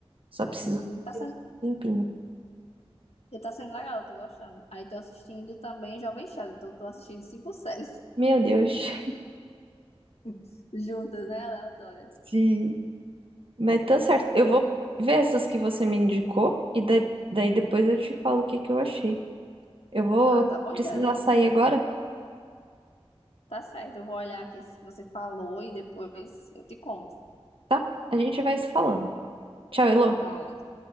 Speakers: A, on the right; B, on the left.
A: Só preciso
B: Hum, tá sendo...
A: de um tempinho.
B: tá sendo legal, eu tô gostando. Aí tô assistindo também Jovem Sheldon, então eu tô assistindo cinco séries
A: Meu Deus.
B: <laughs> juntas, né? Aleatória.
A: <laughs> Sim. Mas tá certo. Eu
B: Mas...
A: vou ver essas que você me indicou. E da- daí depois eu te falo o que que eu achei. Eu vou
B: Ah, tá bom
A: precisar
B: então.
A: sair agora,
B: Tá certo, eu vou olhar aqui esse que você falou e depois eu te conto.
A: tá? A gente vai se falando. Tchau, Elô.
B: Tá.